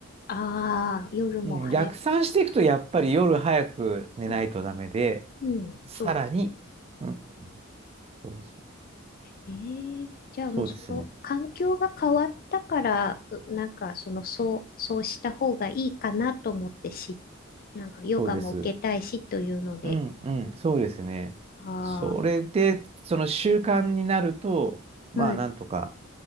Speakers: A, on the left; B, on the right.
A: ああ、夜も早い。
B: うん、逆算していくと、やっぱり夜早く寝ないとダメで、
A: うん、うん、
B: さらに、
A: そうです。
B: うん、そうそう、
A: ええ、じゃあもうその環境が変わったから、
B: そうですね。
A: うなんかそのそう、そうした方がいいかなと思ってし、なんかヨガも受けたいしというので、
B: そうです。うん、うん、そうですね。
A: ああ、
B: それで、その習慣になると、まあ、
A: はい。
B: なんとか、